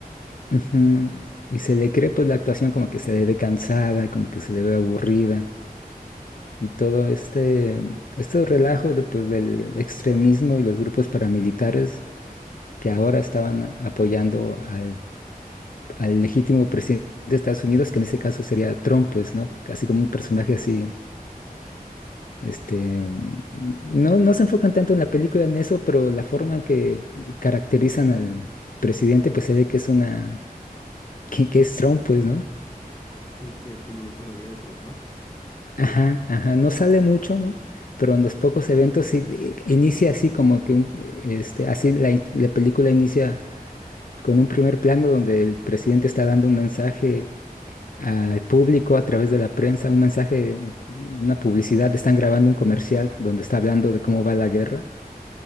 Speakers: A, on the left; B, on the left.
A: Ujú. Y se le cree pues la actuación como que se le ve cansada, como que se le ve aburrida. Y todo este, este relajo de, pues, del extremismo y los grupos paramilitares que ahora estaban apoyando al, al legítimo presidente de Estados Unidos, que en ese caso sería Trump, pues, ¿no? Casi como un personaje así, este, mm, no, no se enfocan tanto en la película en eso, pero la forma en que caracterizan al presidente, pues se ve que es una, que, que es Trump, pues, ¿no?
B: Sí, que es como una parodia de Trop, ¿no?
A: Ajá, ajá, no sale mucho, ¿no? Pero en los pocos eventos sí eh, inicia así como que un, este, así la, in- la película inicia con un primer plano donde el presidente está dando un mensaje al público a través de la prensa, un mensaje, u- una publicidad, están grabando un comercial donde está hablando de cómo va la guerra